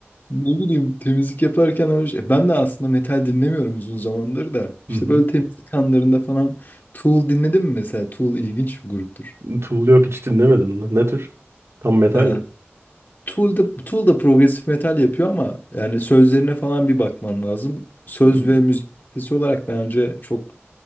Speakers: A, on the left; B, on the right.
A: ne bileyim temizlik yaparken öyle- şey, ben de aslında metal dinlemiyorum uzun zamandır da.
B: <laughs> Hı
A: İşte
B: hı.
A: böyle temizlik anlarında falan Tool dinledim mi mesela? Tool ilginç bir gruptur.
B: Tool yok hiç dinlemedim. Ne tür? Tam metal
A: Ee, Tool da, Tool da progresif metal yapıyor ama yani sözlerine falan bir bakman lazım. Söz
B: mi?
A: ve müzik kalitesi olarak bence çok